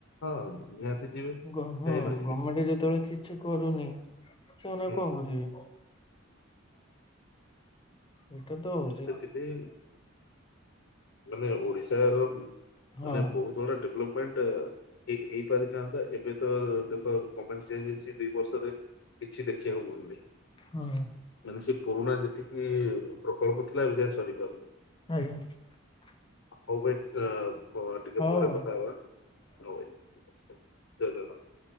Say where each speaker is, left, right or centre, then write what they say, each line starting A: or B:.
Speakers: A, on the left (about 70°); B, on the left (about 25°).
A: <unintelligible>
B: ହଁ
A: କାହିଁ ନ ଯିବେ
B: ଗଭର୍ଣମେଣ୍ଟ ଯେତେବେଳେ କିଛି କରୁନି ସେମାନେ
A: ହୁଁ
B: କଣ କରିବେ। ଏଇଟା ତ ହଉଛି
A: ସେଥିପାଇଁ ମାନେ ଓଡିଶା । ତାହାର ମାନେ
B: ହଁ
A: ବହୁତ ବଡ ଡେ ଭଲପମେଣ୍ଟ ହେଇ ହେଇପାରି ଥାନ୍ତା ଏବେ ତ ଦେଖ ଗମେଣ୍ଟ । ଚେଞ୍ଜ ହେଇଛି ଦୁଇ ବର୍ଷରେ କିଛି ଦେଖିବାକୁ ମିଳୁନି ।
B: ହଁ ।
A: ସେ ପୁରୁଣା ଯେତିକି ପ୍ରକଳ୍ପ ଥିଲା ଏବେ ଯାଏ ସରିପାରୁନି ।
B: ଆଜ୍ଞା ।
A: ହଉ ଭାଇ ଆ ପ ଟିକେ
B: ହଉ
A: ପରେ
B: ଭାଇ
A: କଥା ହବା ହଉ ଭାଇ । ଜାଇକା କା